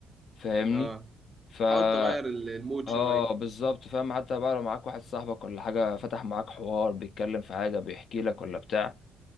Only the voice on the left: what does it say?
فاهمني
فا
اه
بالظبط فاهم حتى بقى لو معاك واحد صاحبك ولا حاجة فتح معاك حوار بيتكلم في حاجة بيحكي لك ولا بتاع